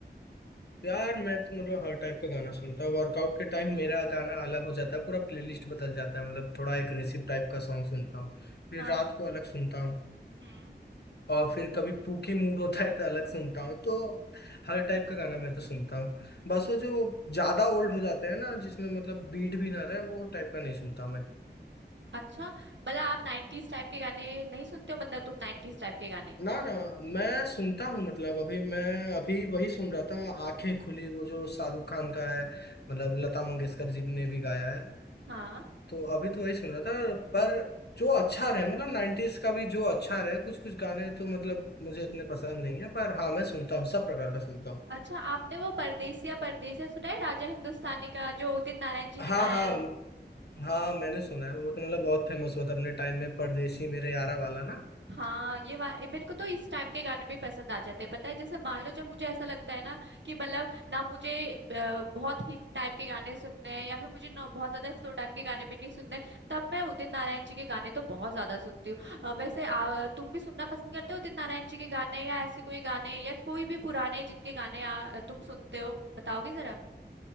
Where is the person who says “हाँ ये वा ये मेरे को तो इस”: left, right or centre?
Right